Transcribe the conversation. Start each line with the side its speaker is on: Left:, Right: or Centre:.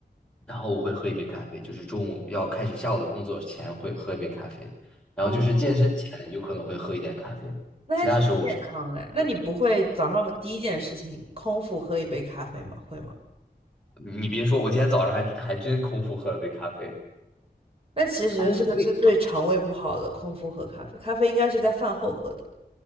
Centre: 然后我会喝一杯咖啡，就是中午要开始下午的工作前会喝一杯咖啡，然后就是健身前有可能会喝一点咖啡，
Right: 哦，那还挺健康哎。
Centre: 其他的时候我是，
Right: 那你不会早上第一件事情空腹喝一杯咖啡吗？会吗？
Centre: 你别说，我今天早上还还真空腹喝了杯咖啡
Right: 那其实这个是对肠胃不好的，
Centre: 空腹
Right: 空腹喝咖啡，咖啡应该是在饭后喝的。